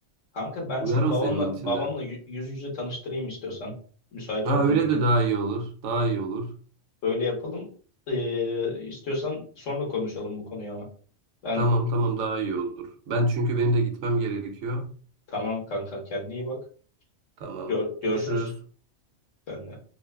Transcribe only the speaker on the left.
Kanka ben
seni
babamla
babamla yü- yüz yüze tanıştırayım istiyorsan. Müsait
olduğum
bir
gün.
Öyle yapalım. E, istiyorsan sonra konuşalım bu konuyu ama. Ben
tamam kanka kendine iyi bak.
Gör,
görüşürüz seninle.